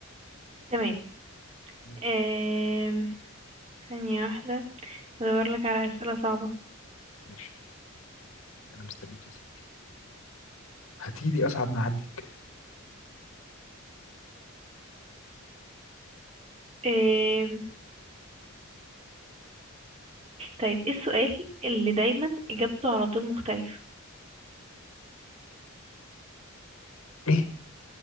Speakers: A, on the right; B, on the left.
A: تمام
B: أمم.
A: آم، ثانية واحدة بدور لك على أسئلة صعبة
B: ماشي انا مستنيك يا ستي هاتي لي اصعب ما عندك
A: <laughs> آم، طيب ايه السؤال اللي دايما إجابته على طول مختلفة
B: ايه